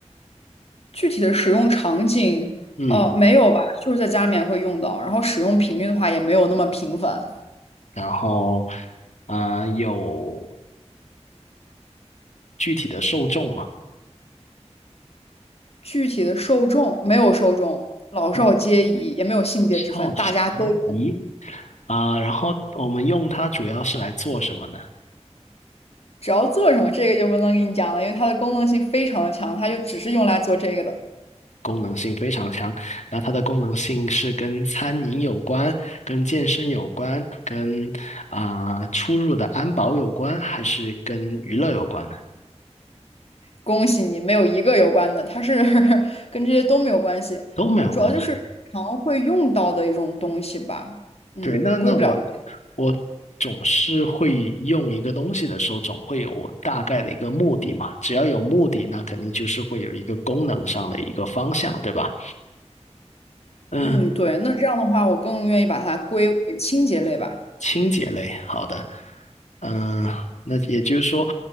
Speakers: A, on the left; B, on the left.
A: 具体的使用场景，
B: 嗯，
A: 呃，没有吧，就是在家里面会用到，然后使用频率的话也没有那么频繁。
B: 然后啊，呃有具体的受众吗？
A: 具体的受众没有受众，老少皆宜，
B: 嗯
A: 也没有性别之分，
B: 好奇
A: 大家都用。
B: 仪啊，然后我们用它主要是来做什么呢？
A: 只要做什么，这个就不能给你讲了，因为它的功能性非常的强，它就只是用来做这个的。
B: 功能性非常强。那它的功能性是跟餐饮有关、跟健身有关、跟啊、出入的安保有关，还是跟娱乐有关呢？
A: 恭喜你，没有一个有关的，它是 <laughs> 跟这些都没有关系啊，
B: 都没有关系。
A: 主要就是日常会用到的一种东西吧。嗯，
B: 对，那那我
A: 归不了类。
B: 我总是会用一个东西的时候，总会有我大概的一个目的嘛。只要有目的，那肯定就是会有一个功能上的一个方向，对吧？嗯。
A: 嗯，对，那这样的话，我更愿意把它归为清洁类吧。
B: 清洁类，好的，嗯，那也就是说，